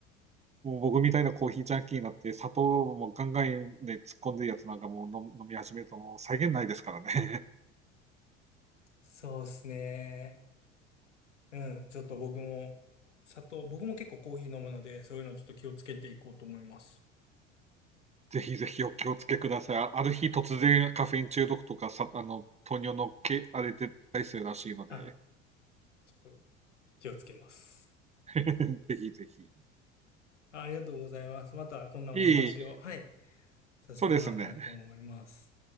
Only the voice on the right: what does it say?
もう僕みたいなコーヒージャンキーになって砂糖もガンガンで突っ込んでるやつなんかもう飲飲み始めるともう際限ないですからね。<laughs>
ぜひぜひお気をつけください。あある日突然カフェイン中毒とかさ、あの、糖尿のけ、あれで出たりするらしいので、
<laughs> ぜひぜひ。
いい、
そうですね。